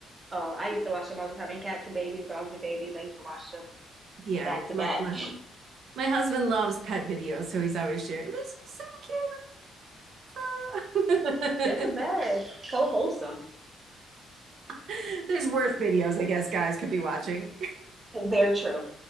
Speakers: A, on the right; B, on the right.
A: Oh, I used to watch them all the time. And cats and babies, dogs and babies. I used to watch them
B: Yeah,
A: back to
B: my,
A: back.
B: my
A: <laughs>
B: my husband loves pet videos, so he's always sharing. This is so cute. Look at this chimpanzee.
A: They're the best. So wholesome.
B: <laughs> There's worse videos, I guess, guys could be watching.
A: Very true.